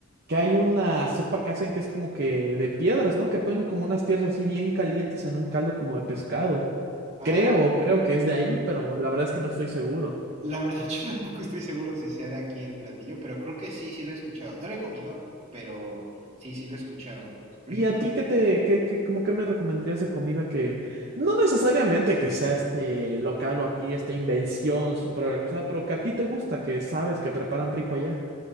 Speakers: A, on the right; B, on the right.
A: que hay una sopa que hacen que es como que de piedras, ¿no? Que ponen como unas piedras así bien calientes en un caldo como de pescado.
B: Ah,
A: Creo, creo que es de ahí, pero la verdad es que no estoy seguro.
B: la verdad <laughs> yo tampoco estoy seguro si sea de aquí el platillo, pero creo que sí, sí lo he escuchado. No lo he comido, pero sí, sí lo he escuchado. Por
A: ¿Y
B: ejemplo,
A: a ti qué te, qué, qué, como qué me recomendarías de comida que no necesariamente que sea este local o aquí, esta invención súper cosa, pero que a ti te gusta, que sabes que preparan rico allá?